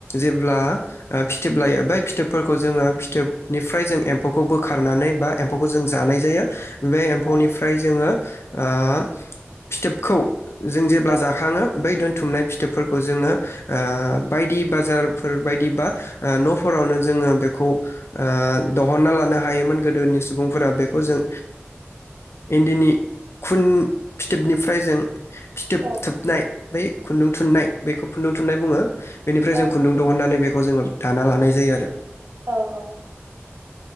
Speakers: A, on the left; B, on the right.
A: जेब्ला फिथोब लायो बै फिथोबफोरखौ जोङो फिथोबनिफ्राय जों एम्फौखौ बोखारनानै बा एम्फौखौ जों जानाय जायो। बे एम्फौनिफ्राय
B: औ
A: जोङो। आ फिथोब। खौ। जों जेब्ला
B: औ
A: जाख‌ाङो बै दोनथुमनाय फि थोब फोरखौ जोङो आ बायदि बाजारफोर बायदिबा न'फोरावनो जोङो बेखौ आ दहनना लानो हायोमोन गोदोनि सुबुंफोरा बेखौ जों इन्दिनि खुन फिथोबनि फ्राय जों फिथोब
B: औ
A: थोबनाय बै खुन्दुं थुननाय बेखौ खुन्दुं थुननाय बुङो। बेनिफ्राय
B: औ
A: जों खुन्दुं दहननानै बे खौ जोङो दाना लानाय जायो आरो।
B: औ औ।